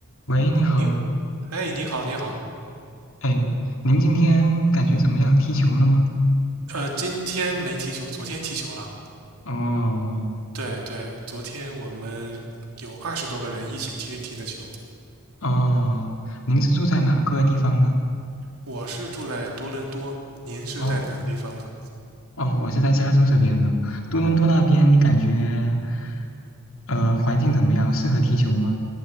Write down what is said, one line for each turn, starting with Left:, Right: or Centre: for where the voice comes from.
Left: 喂，你好，
Right: 您哎，你好，你好，
Left: 哎，您今天感觉怎么样？踢球了吗？
Right: 呃，今天没踢球，昨天踢球了。
Left: 哦
Right: 对对，昨天我们有二十多个人一起踢踢的球。
Left: 哦，您是住在哪个地方呢？
Right: 我是住在多伦多，您是在哪个地方呢？
Left: 哦哦，我是在加州这边呢。多伦多那边，你感觉呃环境怎么样？适合踢球吗？